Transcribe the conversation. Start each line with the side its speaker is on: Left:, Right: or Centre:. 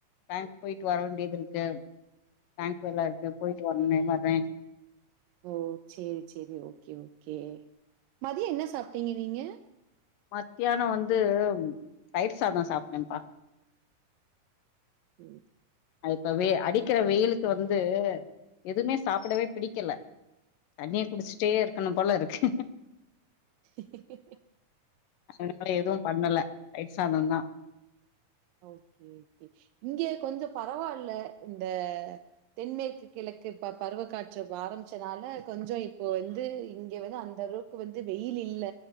Left: பேங்க் போயிட்டு வர வேண்டியது இருக்கு பேங்க் வேல இருக்கு போயிட்டு வரணுமே வரேன்
Right: ஓ செரி செரி ஓகே ஓகே மதிய என்ன சாப்ட்டீங்க நீங்க
Left: மத்தியானம் வந்து தயிர் சாதம் சாப்பனேன்ப்பா
Right: உம்
Left: அ இப்பவே அடிக்கிற வெயில் வந்து எதுவுமே சாப்படவே பிடிக்கல தண்ணிய குடிச்சுட்டே இருக்கனும் போல இருக்கு
Right: ம்.
Left: அதனால எதுவு பண்ணல தயிர் சாதந்தா
Right: ஓகே ஓகே இங்க கொஞ்ச பரவால்ல இந்த தென்மேற்கு கிழக்கு இப்ப பருவக் காற்று ஆரம்பிச்சதால கொஞ்ச இப்ப வந்து இங்க வந்து அந்த அளவுக்கு வந்து வெயில் இல்ல